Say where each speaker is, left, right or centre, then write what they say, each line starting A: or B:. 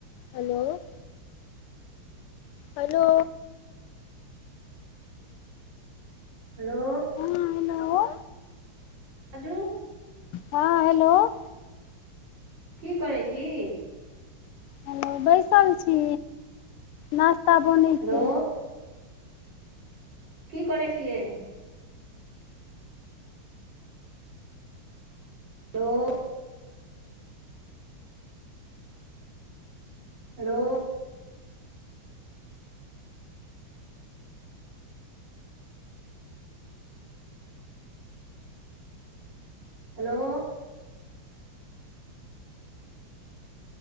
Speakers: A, on the left; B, on the right.
A: हेलो हेलो
B: हेलो
A: हँ हेलो
B: बाजू।
A: हँ हेलो-
B: की करै छी?
A: हेलो, बैसल छी। नाश्ता बनै
B: हेलो
A: छै।
B: की करै छियै? Hello hello hello